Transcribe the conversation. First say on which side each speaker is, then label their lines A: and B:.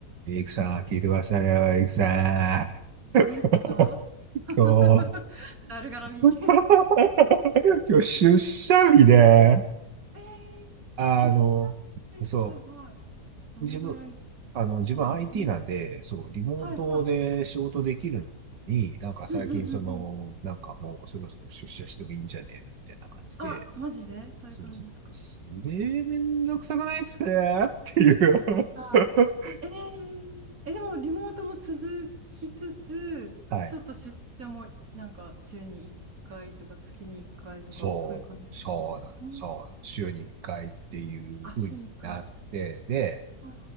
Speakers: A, on the right; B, on the right.
A: エクさん、聞いてくださいよ、エクさん。
B: お子さんですか
A: <laughs>
B: <laughs>
A: 今日、
B: だるがらみ。
A: <laughs> 今日出社日で、
B: えー、
A: あの、
B: 出社って、
A: そ
B: はいはい。どのぐらい、
A: う、自分、あの、自分
B: はい、
A: IT
B: どのぐらい、
A: なんで、そう、リモートで仕事できるのに、
B: はいはい。
A: なんか最近その、
B: うんうんうんうん。
A: なんかもうそろそろ出社してもいいんじゃねえのみたいな感じで、
B: あ、マジでそういう感じですか。
A: そうそう、すげえめんどくさくないっすかっていう。
B: あ、
A: <laughs>
B: えー、え、でもリモートも続きつつ、
A: はい。
B: ちょっと出社もなんか週に1回とか月に1回とか、
A: そう、
B: そういう感じ。
A: そうなんです、
B: うん、
A: そう、週に1回っていう風になって、
B: あ、週に1回。
A: で、
B: はいはい